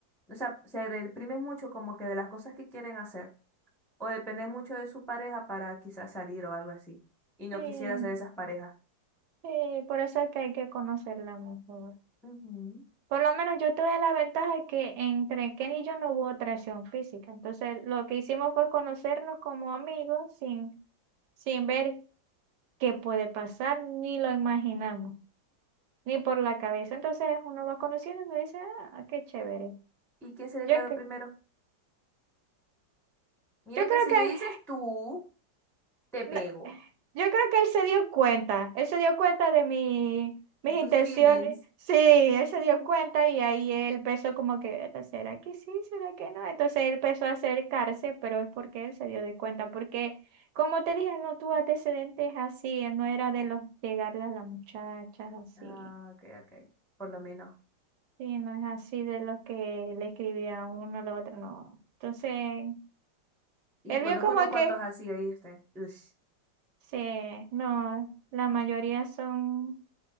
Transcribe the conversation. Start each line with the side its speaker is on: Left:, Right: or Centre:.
Centre: o sea, se deprimen mucho como que de las cosas que quieren hacer, o dependen mucho de su pareja para quizás salir o algo así. Y no
Right: sí,
Centre: quisiera ser esas parejas.
Right: sí, por eso es que hay que conocerla mejor.
Centre: Ujú.
Right: Por lo menos yo tuve la ventaja que entre Ken y yo no hubo atracción física. Entonces, lo que hicimos fue conocernos como amigos sin, sin ver qué puede pasar, ni lo imaginamos, ni por la cabeza. Entonces, uno va conociendo y me dice, ah, qué chévere.
Centre: ¿Y quién se declaró
Right: Yo, cre-
Centre: primero? Mira
Right: yo
Centre: que
Right: creo
Centre: si
Right: que
Centre: me dices tú, te pego.
Right: No, Yo creo que él se dio cuenta, él se dio cuenta de mi, mis
Centre: de
Right: intenciones,
Centre: tus feelings.
Right: sí, él se
Centre: Ujú.
Right: dio cuenta y ahí él empezó como que, "Eta, ¿será que sí? ¿Será que no? Entonces él empezó a acercarse, pero es porque él se dio de cuenta, porque como te dije, no tuvo antecedentes así, él no era de los llegarle a las muchachas así,
Centre: Ah, ok, ok, por lo menos.
Right: sí, no es así de los que le escribía a uno a la otro, no. Entonces,
Centre: Y
Right: él
Centre: conozco
Right: vio como
Centre: unos cuantos
Right: que,
Centre: así, ¿oíste? Ush,
Right: sí, no, la mayoría son...